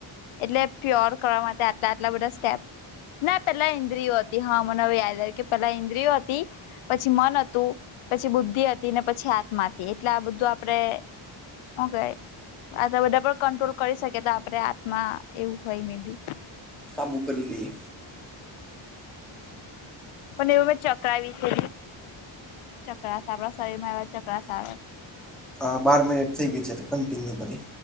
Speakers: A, on the left; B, in the centre.
A: એટલે પ્યોર કરવા માટે હટા આટલા બધા સ્ટેપ ના પેલા ઇન્દ્રિયો હતી હા મનેવે યાદ કે પેલા ઇન્દ્રિયો હતી પછી મન હતું પછી બુદ્ધિ હતી ને પછી આાત્મા હતી એટલે આ બધું આપડે હ કઈ આ બધા પણ કંટ્રોલ કરી શકે તો આપણે આત્મા એવું હોય મે બી
B: કાબુ કરીલી
A: હ પણ એવું બ ચકરાાવ છે ત ચક્રસ આપણા શરીર માંવા ચક્રસ આવે
B: હ બાર મિનિટ થઇ ગઈ છે એટલે કન્ટિન્યુ કરી